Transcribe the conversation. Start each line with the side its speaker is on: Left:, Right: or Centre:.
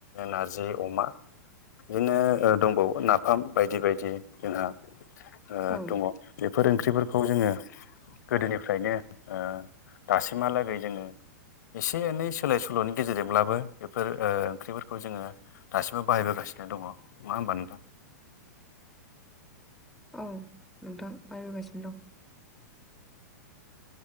Left: नारजि अमा बिदिनो ओ दंबावो नाफाम बायदि बायदि जोंहा ओ
Centre: औ
Left: दङ बेफोर ओंख्रिफोरखौ जोङो गोदोनिफ्रायनो ओ दासिमहालागै जोङो एसे एनै सोलाय सोल'नि गेजेरजोंब्लाबो ओ बेफोरखौ ओंख्रिफोरखौ जोङो दासिमबो बाहायबोगासिनो दङ नङा होमबा नोंथां
Centre: उम नोंथां बाहायबोगासिनो दं